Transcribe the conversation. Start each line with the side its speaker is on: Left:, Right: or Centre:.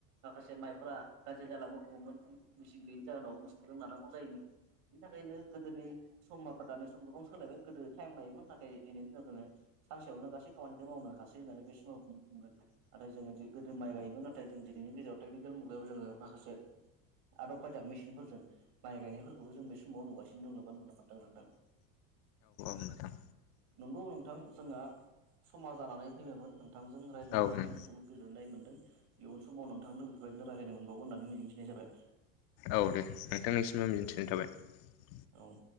Right: माखासे माइफोरा गाज्रि जालांनो हमोमोन मेचिन गोयैनि जाहोनाव मोसौजों नानांगौ जायोमोन दा बिनि थाखायनो गोदोनि सम दानि सम गोबां सोलायबाय गोदो टाइम लायोमोन नाथाय दिनैनि दिनाव जोङो सानसेयावनो गासै खामानिखौ मावनो हासै होननानै बे समाव बुं-बुंगोन नाथाय जोंङो दि गोदो माइ गायोबा नाथाय जों दि नैनि गेजेराव टेकनिकेल मुगायाव जोंङो माखासे आदब खायदा मेसिनफोरजों माइ गायनायफोरखौबो जों बे समाव नुगासिनो दङ एबा नुनो मोन्दों नोंथां ।
Left: नोंथां
Right: नंगौ नोंथां जोङा समा जानानै फैबायमोन नों थांजों रायलाय
Left: औ
Right: मोननानै
Left: नोंथां
Right: जोबोद गोजोन्नाय मोनदों इयुन समाव नोंथांदो बेबायदिनो रायलायनो मोनबावगोन होननानै मिजिंथि नाय जाबाय ।
Left: औ दे नोंथांनिसिमबो मिजिंथिनाय थाबाय ।
Right: औ ।